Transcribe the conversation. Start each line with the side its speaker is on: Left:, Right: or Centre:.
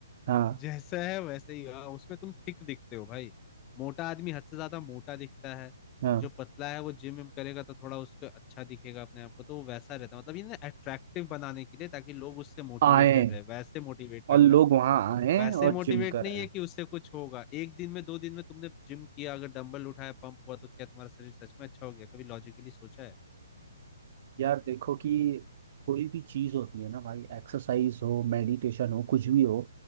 Right: हाँ
Left: जैसा है वैसे ही हाँ उसमें तुम थिक दिखते हो भाई मोटा आदमी हद से ज्यादा मोटा दिखता है
Right: हाँ
Left: जो पतला है वो जिम विम करेगा तो थोड़ा उसको अच्छा दिखेगा अपने आप को तो वो वैसा रहता है मतलब ये ना अट्रैक्टिव बनाने के लिए ताकि लोग उससे मोटिवेटेड
Right: आए
Left: रहे वैसे मोटिवेट करता
Right: और लोग
Left: है
Right: वहां आए
Left: वैसे
Right: और
Left: मोटिवेट
Right: जिम कर
Left: नहीं
Right: आए
Left: है कि उससे कुछ होगा एक दिन में दो दिन में तुमने जिम किया अगर डंबल उठाया पंप हुआ तो क्या तुम्हारा शरीर सच में अच्छा हो गया कभी लॉजिकली सोचा है
Right: यार देखो कि कोई भी चीज होती है ना भाई एक्सरसाइज हो मेडिटेशन हो कुछ भी हो